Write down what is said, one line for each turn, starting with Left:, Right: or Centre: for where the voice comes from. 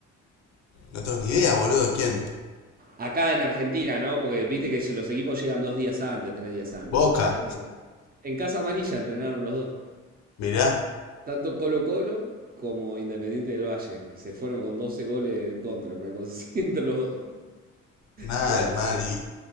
Left: no tengo ni idea, boludo. ¿Quién?
Right: Acá en Argentina, ¿no? Porque viste que los equipos llegan dos días antes, tres días antes,
Left: Boca.
Right: no sé. En Casa Amarilla entrenaron los dos.
Left: Mirá.
Right: Tanto Colo Colo como Independiente del Valle. Se fueron con 12 goles en contra, una cosa así <laughs> entre los dos.
Left: Mal,
Right: Igual
Left: mal. Y,